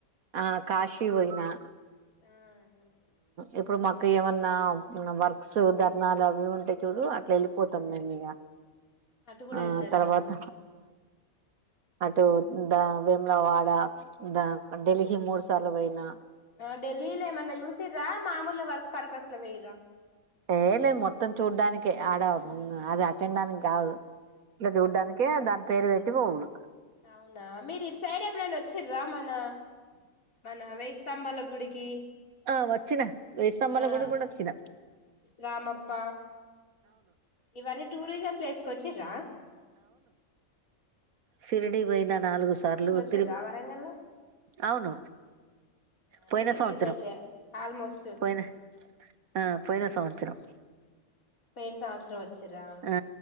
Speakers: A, on the right; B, on the left.
A: ఆ కాశీ వయినా
B: ఆహా
A: ఇప్పుడు మాకు ఏమన్నా వర్క్స్ ధర్నాలు అవి ఉంటే చూడు అట్లా వెళ్ళి పోతాం నేను మీగ
B: అటు కూడా
A: ఆ
B: వెళ్తారా
A: తర్వాత అటు ద వేములా వాడ ద ఢిల్లీ మూడు సార్లు పోయినా
B: ఆ ఢల్లీల్ మొన్న యూసరా మాముూలు వర్ పర్పస్ లో వెయ
A: ఏ లేదు మొత్తం చూడ్డానినికి ఆడ అది అటెండడానికి కాదు ఇట్లా చూడ్డానికి దాని పేరు పెట్టి అటిరు
B: అవునా మీరు ఇటు సైడ్ ఎప్పుడైనా వచ్చి మన మన వే సంమ్మల గుడికి
A: ఆ వచ్చినా వేస్తంమల
B: ఆ
A: గుడి కూడా వచ్చినా
B: రామప్ప ఇవన్నీ టూరిజం ప్లేస్కి వచ్చి్రా
A: సిరిడి పోయిన నాలుగు సార్లు
B: వచ్చిర్రా
A: తిరి
B: వరంగల్ లో
A: అవును
B: అన్ని
A: పోయిన
B: తిరిగిండ్రు
A: సంవత్సరం
B: అయితే ఆల్మోస్ట్
A: పోయిన ఆ పోయిన సంవత్సరం
B: పను సా ఆచరం వచ్చరా
A: ఆ